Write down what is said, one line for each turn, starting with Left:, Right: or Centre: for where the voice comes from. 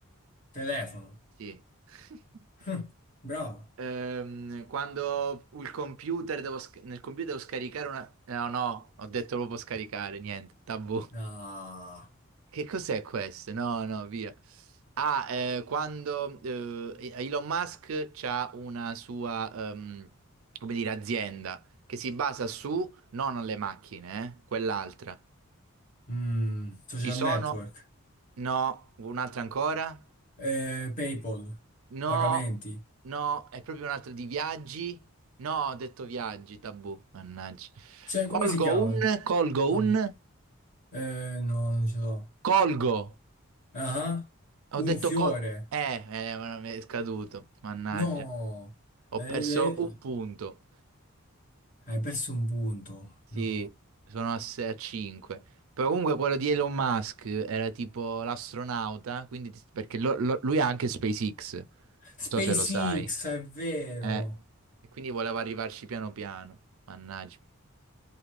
Left: Telefono.
Right: Sì. <laughs>
Left: Hm, Bravo.
Right: Ehm, quando il computer devo sc- nel computer devo scaricare una... No, no, ho detto proprio scaricare, niente, tabù.
Left: Ah.
Right: Che cos'è questo? No, no, via. Ah, eh, quando eh, Elon Musk c'ha una sua, ehm, come dire, azienda che si basa su, non le macchine, eh, quell'altra.
Left: Mm, social
Right: Ci sono,
Left: network.
Right: no, un'altra ancora?
Left: Eh, PayPal.
Right: No,
Left: Pagamenti.
Right: no, è proprio un'altra di viaggi? No, ho detto viaggi, tabù, mannaggia.
Left: Cioè,
Right: Colgo
Left: come si chiama?
Right: un, colgo
Left: Ah,
Right: un,
Left: eh, no, non ce l'ho.
Right: colgo.
Left: Ah,
Right: Ho
Left: Un
Right: detto
Left: fiore.
Right: col... Eh, eh, ma mi è scaduto, mannaggia.
Left: No,
Right: Ho
Left: eh,
Right: perso
Left: le-
Right: un punto.
Left: hai perso un punto.
Right: Sì,
Left: No.
Right: sono a, 5. Però comunque quello di Elon Musk era tipo l'astronauta, quindi ti- perché lo- lo- lui ha anche SpaceX. Non
Left: SpaceX,
Right: so se lo sai.
Left: è vero.
Right: Eh, e quindi voleva arrivarci piano piano. Mannaggia.